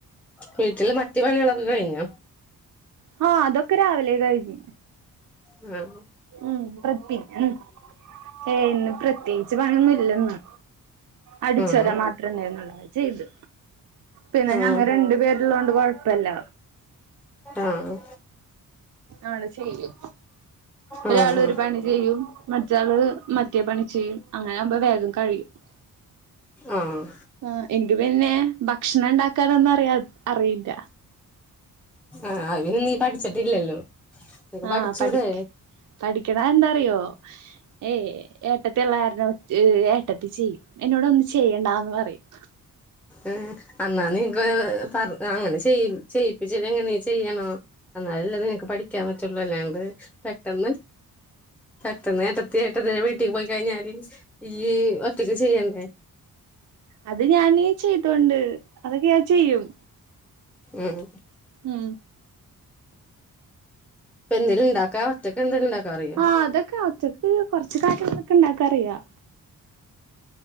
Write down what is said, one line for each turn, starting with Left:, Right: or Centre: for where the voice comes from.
Centre: വീട്ടില് മറ്റ് പണികള് ഒക്കെ കഴിഞ്ഞോ
Right: ആഹ് അതാെക്കെ രാവിലെ കഴിഞ്ഞു
Centre: ഉം
Right: ഉം പ്രത്രി ഉം ഏഹ് ഇന്ന് പ്രത്യേകിച്ച് പണി ഒന്നും ഇല്ലന്ന് അടിച്ചോരാം
Centre: ആഹ്
Right: മാത് ത്രണ്ടായിനൊള്ളൂ അത് ചെയ്തു പിന്നെ
Centre: ആഹ്
Right: ഞങ്ങ രണ്ട് പേരുള്ളോണ്ട് കൊഴപ്പല്ല
Centre: ആഹ്
Right: ആള് ചെയ്യും ഒരാള്
Centre: ആഹ്
Right: ഒരു പണി ചെയ്യും മറ്റാള് മറ്റേ പണി ചെയ്യും അങ്ങനെ ആവുമ്പോ വേഗം കഴിയും <inaudible>
Centre: ആഹ്
Right: ആഹ് എനിക്ക് പിന്നെ ഭക്ഷണം ഇണ്ടാക്കാനൊന്നും അറിയാ അറിയില്ല
Centre: അഹ് പിന്നെ നീ പഠിച്ചിട്ടില്ലല്ലോ നിനക്ക്
Right: ആഹ്
Centre: പഠിച്ചൂടെ
Right: പഠി പഠിക്കണം അഎന്താറിയോ ഏയ് ഏട്ടത്തിയുള്ളെ കാരണം ച്ഏ് ഏട്ടത്തി ചെയ്യും എന്നോട് ഒന്നും ചെയ്യണ്ടാന്ന് പറയും
Centre: ഏ് അന്നാന്നീക്ക് പറ അങ്ങനെ ചെയ് ചെയ്യിപ്പിച്ച്ച്ചീങ്ങനേ നീ ചെയ്യണോ എന്നാലല്ലേ നിനക്ക് പഠിക്കാൻ പറ്റാെള്ളൂ അല്ലാണ്ട് പെട്ടെന്ന് പെട്ടന്ന് ഏട്ടത്തി ഏട്ടത്തിന്റെ വീട്ടി പോയി കഴിഞ്ഞാല് ഇയ്യ് ഒറ്റയ്ക്ക് ചെയ്യണ്ടേ
Right: അത് ഞാന് ചെയ്തോണ്ട് അതൊക്കെ ഞാന് ചെയ്യും
Centre: ഉം
Right: ഉം
Centre: ഇപ്പ എന്തേലും ഇണ്ടാക്കാ ഒറ്റക്കെന്തേലും ഇണ്ടാക്കാൻ അറിയോ
Right: ആഹ് അതൊക്കെ ഞാൻ ഒറ്റക് എ് കൊർച്ച് കാര്യങ്ങളൊക്കെ ഇണ്ടാക്കാ അറിയാ